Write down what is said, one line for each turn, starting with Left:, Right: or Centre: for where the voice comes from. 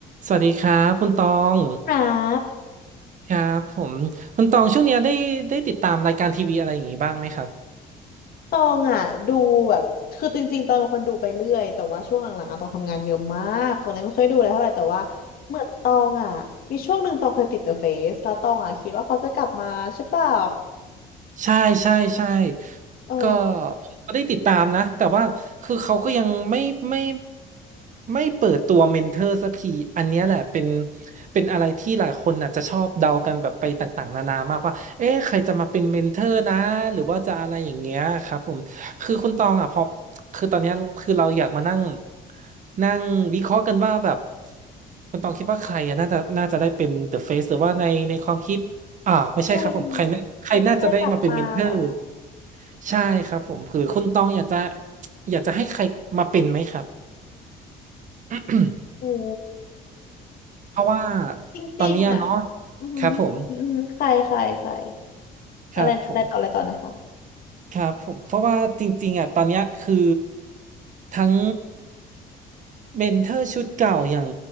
Right: สวัสดีครับคุณตอง
Left: ครับ
Right: ครับผมคุณตองช่วงเนี้ยได้ได้ติดตามรายการทีวีอะไรอย่างงี้บ้างไหมครับ
Left: ตองอ่ะดูแบบคือจริงๆตองเป็นคนดูไปเรื่อยแต่ว่าช่วงหลังๆอ่ะตองทำงานเยอะมากตองเลยไม่ค่อยดูอะไรเท่าไหร่แต่ว่าเหมือนตองอ่ะมีช่วงหนึ่งตองเคยติด The Face แล้วตองอ่ะคิดว่าเขาจะกลับมาใช่เปล่า
Right: ใช่ใช่ใช่
Left: เออ
Right: ก็ผมก็ได้ติดตามนะแต่ว่าคือเขาก็ยังไม่ไม่ไม่เปิดตัวเมนเทอร์สักทีอันเนี้ยแหละเป็นเป็นอะไรที่หลายคนน่ะจะชอบเดากันแบบไปต่างๆนานามากว่าเอ๊ะใครจะมาเป็นเมนเทอร์นะหรือว่าจะอะไรอย่างเงี้ยครับผมคือคุณตองอ่ะพอคือตอนเนี้ยคือเราอยากมานั่งนั่งวิเคราะห์กันว่าแบบคุณตองคิดว่าใครอ่ะน่าจะน่าจะได้เป็น The Face หรือว่าในในความคิด อ่าไม่ใช่ครับผมใครน่าใครน่าจะได้มาเป็นเมนเทอร์
Left: ใครใครกลับมาเหรอ
Right: ใช่ครับผมคือคุณต้องอยากจะอยากจะให้ใครมาเป็นไหมครับ <clears throat>
Left: โอ้
Right: เพราะว่า
Left: จริงๆอ่ะ
Right: ตอนเนี้ยเนาะ
Left: อือหืออือหือใครใครใคร
Right: ครับผมครับผม
Left: อะไรนะอะไรต่ออะไรต่อนะคะ
Right: ครับผมเพราะว่าจริงๆอ่ะตอนเนี้ยคือทั้งเมนเทอร์ชุดเก่าอย่าง